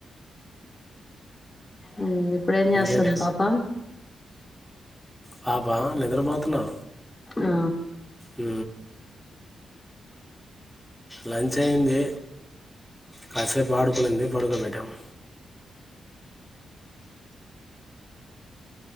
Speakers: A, on the left; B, in the centre.
A: ఉ ఇప్పుడు ఏం చేస్తుంది
B: ఇంకేంటి
A: పాప
B: పాబా నిద్రపోతున్నా
A: ఆ
B: అ లంచ్ అయింది కాసేపు ఆడుకునింది పడుకోబెట్టాము